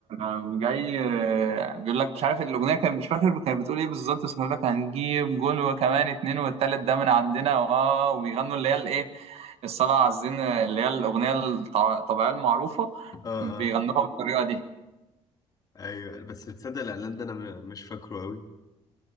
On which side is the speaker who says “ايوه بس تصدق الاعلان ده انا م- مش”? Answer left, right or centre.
Left